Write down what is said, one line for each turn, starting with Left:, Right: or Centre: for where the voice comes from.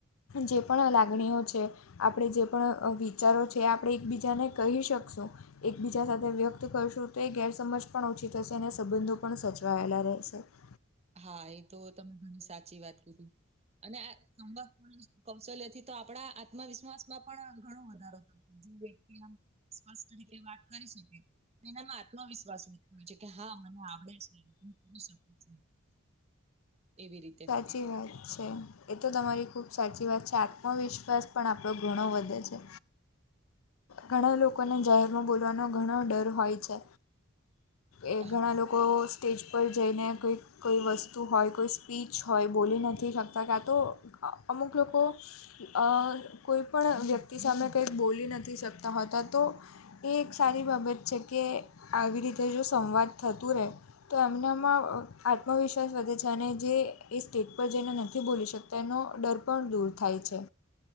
Left: જે પણ લાગણીઓ છે. આપણે જે પણ વિચારો છે આપણે એકબીજાને કહી શકશું. એકબીજા સાથે વ્યક્ત કરશું તો એ ગેરસમજ પણ ઓછી હશે અને સંબંધો પણ સચવાયેલા. <inaudible>
Right: હા એ તો તમે ઘણી સાચી વાત કીધી અને આ કૌશલ્યથી તો આપણા આત્મવિશ્વાસ માં પણ ઘણો વધારો થતો વ્યક્તિમ વાત કરી શકે એનામાં આત્મવિશ્વાસ નથી છે કે હા મને આવડે છે શકું એવી રીતે.
Left: સાચી વાત છે એ તો તમારી ખૂબ સાચી વાત છે આત્મવિશ્વાસ પણ આપણો ઘણો વધે છે. ઘણા લોકોને જાહેરમાં બોલવાનો ઘણો ડર હોય છે એ
Right: હા
Left: ઘણા લોકો સ્ટેજ પર જઈને કોંઈક કોઈ વસ્તુ હોય, કોઈ સ્પીચ હોય, બોલી નથી શકતા. ક્યાં તો અ અમુક લોકો, અ કોઈ પણ વ્યક્તિ સામે કંઈક બોલી નથી શક તા હોતા. તો એ એક સારી બાબત છે કે, આવી રીતે જો સંવાદ થતું રહેે તો એમનામાં આત્મવિશ્વાસ વધે છે, અને જે એ સ્ટેજ પર જઈને નથી બોલી શકતા તેનો ડર પણ દૂર થાય છે.